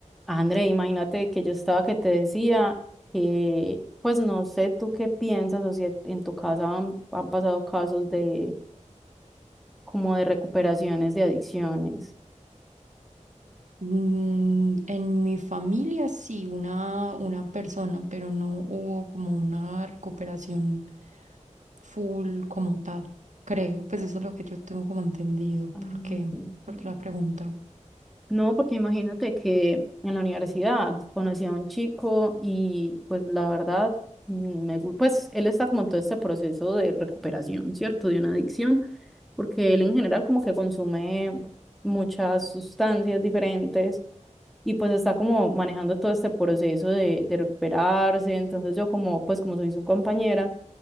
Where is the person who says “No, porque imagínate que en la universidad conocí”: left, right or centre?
Centre